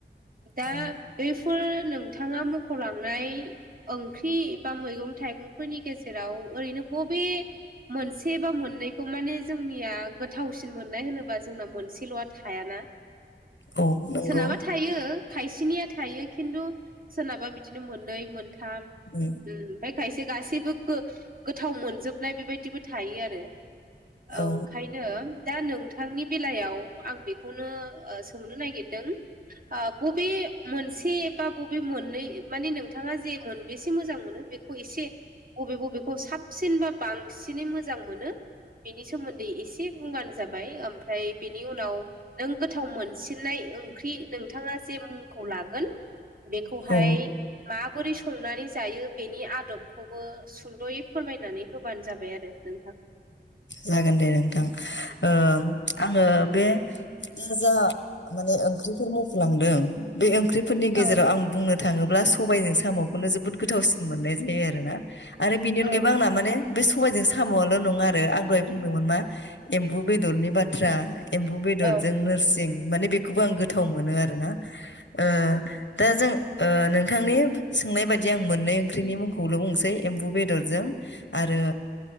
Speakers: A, on the right; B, on the left.
A: दा
B: औ
A: बेफोर नोंथाङा मख'लांनाय ओंख्रि बा मैगं-थाइगं फोरनि गेजेराव ओरैनो बबे मोनसे बा मोननै खौ माने जोंनिया गोथावसिन मोननाय होनोबा जोंना मोनसेल'आ थायाना‌।
B: औ नंगौ
A: सोरनाबा थायो खायसेनिया थायो खिन्थु सोरनाबा बिदिनो मोननै मोनथाम
B: उम
A: उम ओमफ्राय खायसे गासैबो गो-गोथाव मोनजोबनाय बेबायदिबो थायो आरो ओंखायनो
B: औ
A: दा नोंथांनि बेलायाव आं बे खौनो सोंनो नागिरदों ओ बबे मोनसे बा बबे मोननै माने नोंथाङा जे मोनबेसे मोजां मोनो बेखौ एसे बबे बबेखौ साबसिनबा बांसिनै मोजां मोनो बेनि सोमोन्दै एसे बुंब्लानो जाबाय ओमफ्राय बेनि उनाव नों गोथाव मोनसिननाय ओंख्रि नोंथाङा जे मुंखौ लागोन बेखौहाय
B: औ
A: माबोरै संनानै जायो बेनि आदबखौबो सुंद'यै फोरमायनानै होबानो जाबाय आरो नोंथां।
B: जागोन दे नोंथां ओ आङो बे नोंथाङा जा माने ओंख्रिफोर मख'लांदों बे ओंख्रिफोरनि गेजेराव
A: औ
B: आं बुंनो थाङोब्ला सबायजों साम'खौनो जोबोद गोथावसिन मोननाय जायो आरो ना आरो बेनि
A: औ
B: अनगायैबो आंना माने बे सबायजों साम'आल' नङा आरो आं दहाय बुंदोंमोन मा एम्बु बेदरनि बाथ्रा एम्बु बेदरजों
A: औ
B: नोरसिं माने बेखौबो आं गोथाव मोनो आरो ना ओ दा जों ओ नोंथांनि सोंनाय बायदि आं मोननै ओंख्रिनि मुंखौल' बुंनोसै एम्बु बेदरजों आरो